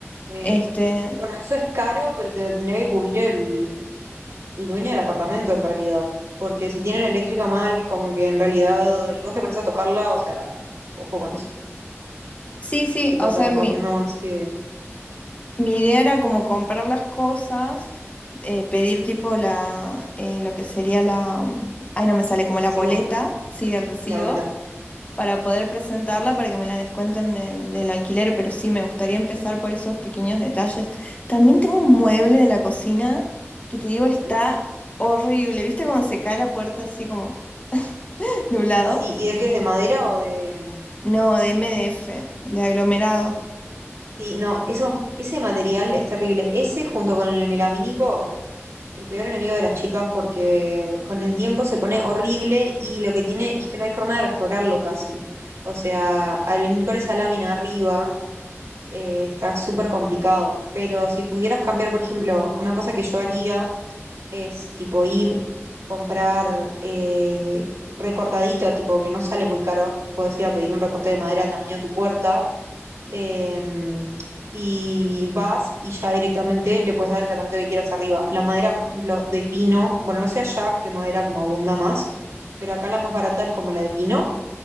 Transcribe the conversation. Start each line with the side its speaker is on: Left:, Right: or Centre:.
Right: sí.
Left: Este,
Right: Bueno, eso es caro, pero te lo tendría que cubrir el, el dueño del apartamento en realidad. Porque si tiene la eléctrica mal, como que en realidad, y vos te pones a tocarla, o sea, ojo con eso.
Left: sí, sí,
Right: Tipo,
Left: o sea,
Right: te recomiendo
Left: mi,
Right: más que
Left: mi idea era como comprar las cosas, eh, pedir tipo la, eh, lo que sería la, mm, ay, no me sale como
Right: el
Left: la
Right: recibo
Left: boleta, sí, el recibo.
Right: y la boleta.
Left: para poder presentarla, para que me la descuenten de- del alquiler, pero sí, me gustaría empezar por esos pequeños detalles. También tengo un mueble de la cocina que te digo está
Right: Ujú.
Left: horrible. ¿Viste cuando se cae la puerta así como <laughs> de un lado?
Right: Ay, sí, ¿y de qué es? ¿De madera o de...?
Left: No, de MDF, de aglomerado.
Right: Sí, no, eso, ese material es terrible. Ese junto con el melamínico el peor enemigo de las chicas porque con el tiempo se pone horrible y lo que tiene es que no hay forma de restaurarlo casi. O sea, al venir con esa lámina arriba, eh, está súper complicado. Pero si pudieras cambiar, por ejemplo, una cosa que yo haría es tipo ir, comprar eh, recortadito, tipo que no sale muy caro. Puedes ir a pedir un recorte de madera al tamaño de tu puerta em, y vas y ya directamente le puedes dar el tratamiento que quieras arriba. La madera, por ejemplo, de pino, bueno, no sé allá qué madera como abunda más, pero acá la más barata es como la de pino